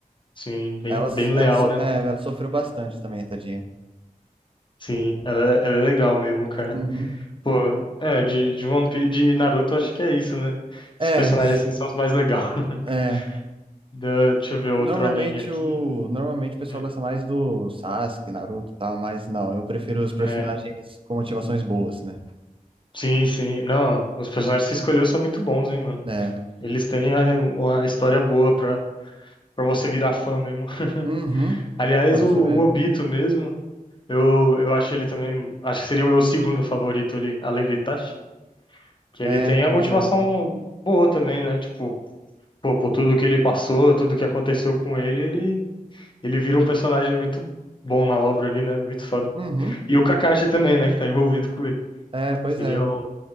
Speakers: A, on the left (about 35°); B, on the right (about 35°).
A: Sim, bem,
B: Ela,
A: bem
B: ela,
A: leal,
B: so-
A: né?
B: é, ela sofreu bastante também, tadinha.
A: Sim, ela, ela é legal mesmo, cara.
B: Uhum.
A: Pô, é, de, de One Piece, de Naruto, acho que é isso, né?
B: É,
A: Os personagens
B: s-
A: assim são os mais legais. <laughs>
B: é.
A: Da- Deixa eu ver outro
B: Normalmente
A: anime aqui.
B: o, normalmente o pessoal
A: Hum,
B: gosta mais do Sasuke, Naruto e tal, mas não, eu prefiro os personagens
A: né?
B: com motivações boas, né?
A: Sim, sim. Não, os personagens que você escolheu são muito bons, hein, mano?
B: É.
A: Eles têm é, uma história boa pra, pra você virar fã mesmo. <laughs>
B: Uhum.
A: Aliás,
B: Pra você
A: o, o
B: ver.
A: Obito mesmo, eu, eu acho ele também. Acho que seria o meu segundo favorito ali, além do Itachi. Que ele
B: É,
A: tem a
B: pois
A: motivação
B: é.
A: boa também, né? Tipo, pô, por tudo que ele passou, tudo que aconteceu com ele, ele. Ele vira um personagem muito bom na obra ali, né? Muito foda.
B: Uhum.
A: E o Kakashi também, né? Que tá envolvido com ele.
B: É, pois
A: Seria
B: é.
A: o-